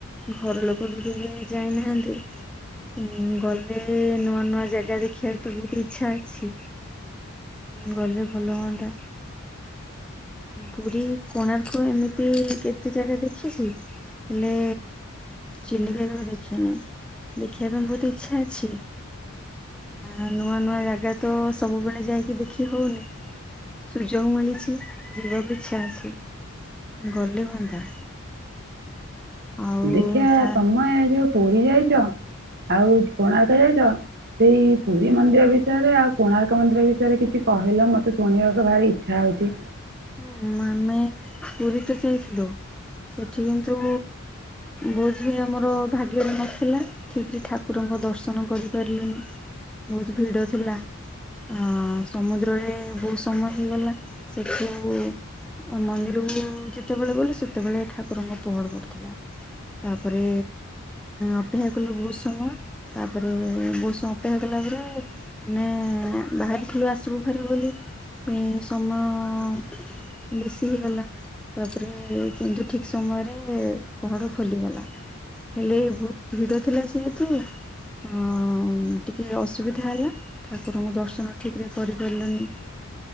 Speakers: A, in the centre; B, on the right.
A: ଘର ଲୋକ ବି କେବେ ଯାଇନାହାନ୍ତି ଉଁ ଗଲେ ନୂଆ ନୂଆ ଜାଗା ଦେଖିବାର ତ ବହୁତ ଇଛା ଅଛି ଗଲେ ଭଲ ହୁଅନ୍ତା ପୁରୀ କୋଣାର୍କ ଏମିତି ଏମିତି କେତେ ଜାଗା ଦେଖିଛି ହେଲେ ଚିଲିକା କେବେ ଦେଖିନି ଦେଖିବା ପାଇଁ ବହୁତ ଇଚ୍ଛା ଅଛି ଆ ନୂଆ ନୂଆ ଜାଗା ତ ସବୁବେଳେ ଯାଇକି ଦେଖି ହଉନି ସୁଯୋଗ ମିଳିଛି ଯିବାକୁ ଇଚ୍ଛା ଅଛି ଗଲେ ହୁଅନ୍ତା ଆଉ
B: ଦେଖିିବା
A: ତା
B: ତମେ ଏ ଯୋଉ ପୁରୀ ଯାଇଛ ଆଉ କୋଣାର୍କ ଯାଇଛ ସେଇ ପୁରୀ ମନ୍ଦିର ବିଷୟରେ ଆଉ କୋଣାର୍କ ମନ୍ଦିର ବିଷୟରେ କିଛି କହିଲ ମତେ ଶୁଣିବାକୁ ଭାରି ଇଚ୍ଛା ହଉଚି।
A: ହୁଁ ଆମେ ପୁରୀ ତ ଯାଇଥିଲୁ ସେଠି କିନ୍ତୁ ବୋଧେ ଆମର ଭାଗ୍ୟରେ ନଥିଲା। ଠିକ୍ ରେ ଠାକୁରଙ୍କ ଦର୍ଶନ କରିପାରିଲୁନି ଭୋଉତୁ ଭିଡ ଥିଲା। ହଁ ସମୁଦ୍ରରେ ବୋହୁତ୍ ସମୟ ହେଇଗଲା। ହୁଁ। ଆ ମନ୍ଦିରକୁ ଯେତେବେଳେ ଗଲୁ ସେତେବେଳେ ଠାକୁରଙ୍କ ପହଡ ପଡିଥିଲା। ତାପରେ ଅପେକ୍ଷା କଲୁ ବୋହୁତ୍ ସମୟ ତାପରେ ବୋଉସ୍ ସମୟ ଅପେକ୍ଷା କଲା ପରେ ନେ ବାହାରିଥିଲୁ ଆସିବୁ ଘରି ବୋଲି ସମୟ ହଁ ବେଶୀ ହେଇଗଲା। ତାପରେ କିନ୍ତୁ ଠିକ୍ ସମୟରେ ପହଡ଼ ଖୋଲିଗଲା। ହେଲେ ବୋହୁତ ଭିଡ ଥିଲା ସିଏତୁ--' ହଁ ଟିକେ ଅସୁବିଧା ହେଲା। ଠାକୁରଙ୍କୁ ଦର୍ଶନ ଠିକ୍ ରେ କରିପାରିଲୁନି